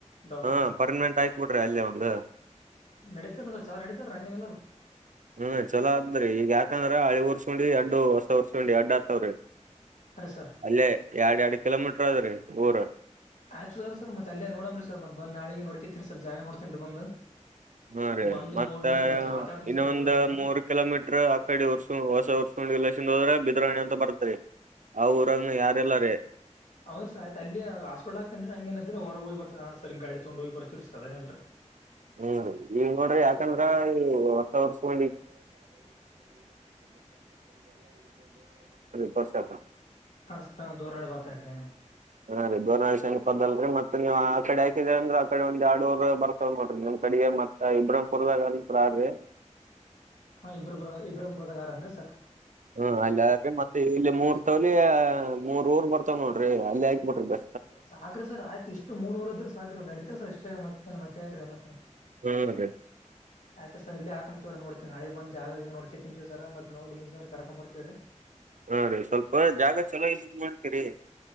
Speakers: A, on the left; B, on the right.
A: ದವಾಖಾನೆ
B: ಹಾ ಪರ್ಮನೆಂಟ್ ಹಾಕ್ಬಿಟ್ರಿ ಅಲ್ಲೇ ಒಂದು
A: ನಡಿತದ ಚೆನ್ನಾಗಿ ನಡೀತದ ಹಂಗೇನಿಲ್ಲ ರೀ
B: ಹುಂ ಚಲೋ ಆತದರಿ ಈಗ ಯಾಕಂದ್ರ ಹಳಿ ಉರ್ಕೊಂಡಿ ಎಡು ಹೊಸ ಹೊರ್ಸ್ಕೊಂಡಿ ಎಡ್ ಆತಾವ್ರಿ
A: ಹಾರೀ ಸರ್
B: ಅಲ್ಲೇ ಎರಡ್ ಎರಡ್ ಕಿಲೋಮೀಟರ್ ಅದ್ ರಿ ಊರ
A: ಆಯ್ತು ಸರ್ ಅಲ್ಲೇ ನೋಡಂಬರಿ ಸರ್ ಬಂದು ನಾಳಿಗ ನೋಡ್ಕಿನರಿ ಸರ್ ಜಾಗ ನೋಡ್ತೀ ಸರ ಬಂದ
B: ಹಾ ರೀ
A: ಬಂದು
B: ಮತ್ತ
A: ನೋಡಿ ಮತ್ತ ಮಾತಾಡ್ತನಿ
B: ಇನ್ನ
A: ಸರ್ ನಿಮ್
B: ಒಂದ್
A: ಗೂಡ ನಾನು
B: ಮೂರ್ ಕಿಲೋಮೀಟರ್ ಅಕ್ಕಡಿ ಉರ್ಸು ಹೊಸ ಉರ್ಸೊಂಡು <unintelligible> ಹೋದ್ರೆ ಬಿದ್ರಾಣಿ ಅಂತ ಬರ್ತರಿ ಆ ಊರಂಗನು ಯಾರಿಲ್ಲಾರಿ
A: ಹೌದ್ರೀ ಸರ ಆಯ್ತ ಅಲ್ಲಿ ಹಾಸ್ಪಿಟಲ ಹಾಕತನ್ ಹಂಗ ಏನ್ರೆ ಇದ್ರ ಹೊರ್ ಹೋಗಿರ್ತನ ಸರ್ ಗಾಡಿ ತೊಗೊಂಡ ಹೋಗಿರ್ತೀರಿ ಸರ್ ಅದೇನೀಲ್ರಿ
B: ಹುಂ ಈಗ ನೋಡ್ರಿ ಯಾಕಂದ್ರ ಈ ಹೊಸ ವರ್ಷ <unintelligible> <unintelligible> ತೋರ್ಸಾಕ
A: ಅನ್ಸತಾ ದೂರನ್ನು <unintelligible> ಬರ್ತಾರೆ ಕಡೆ
B: <unintelligible> ಅಲ್ರಿ ಮತ್ತ ನೀವ ಆ ಕಡೆ ಹಾಕಿದೀ ಅಂದ್ರ ಆ ಕಡೆ ಒಂದು ಎಡುರು ಬರ್ತ ನೋಡ್ರಿ ನಿಮ್ ಕಡೆಗೆ ಮತ್ತ ಇಬ್ರಾಹಿಂಪುರ್ ಇಬ್ರ ಹಾರಿ
A: ಹಾಂ ಇಬ್ರಪುರ ಇಬ್ರಂಪುರದಾಗಾರನ್ರರಿ ಸರ್
B: ಹ್ಮ್ ಅಲ್ಲಿ ಹಾರಿ ಮತ್ತೆ ಇಲ್ಲಿ ಮೂರ್ ತವಲಿ ಮೂರ್ ಊರ್ ಬರ್ತಾವ ನೋಡ್ರಿ ಅಲ್ಲಿ ಹಾಕಿ ಬಿಡ್ರಿ ಬೆ
A: ಸಾಕ್ರಿ ಸರ್ ಆಯ್ತು ಇಷ್ಟು ಮೂರವೂರ ಇದ್ರ ಸಾಕ್ರರಿ ನಡೀತದರಿ ಸರ್ ಇಷ್ಟ್ರ ಮತ್ತೆ ಮತ್ತೆ ಆಕ್ರ <unintelligible>
B: ಹುಂ ರೀ
A: ಆಯ್ತ ಸರ್ ಇಲ್ಲಿಯೇ ಹಾಕೋಂತೋರಿವ ನೋಡ್ತೀನಿ ನಾಳೆ ಬಂದ ಜಾಗ ನೋಡ್ಕತಿನ್ ಸರ್ ಮತ ನೋಡಿ ಇಂಜಿನಿಯರ್ ಕರ್ಕೊ ಬರ್ತೀವರಿ
B: ಹಾ ರೀ ಸ್ವಲ್ಪ ಜಾಗ ಚಲೋ ಇದ ಮಾಡ್ ಕೋರಿ